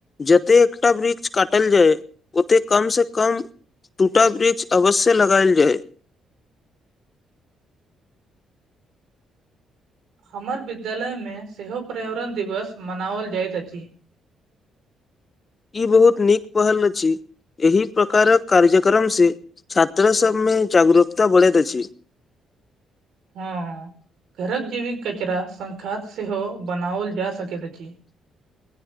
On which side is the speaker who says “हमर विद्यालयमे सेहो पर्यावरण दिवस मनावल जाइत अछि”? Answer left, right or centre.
Right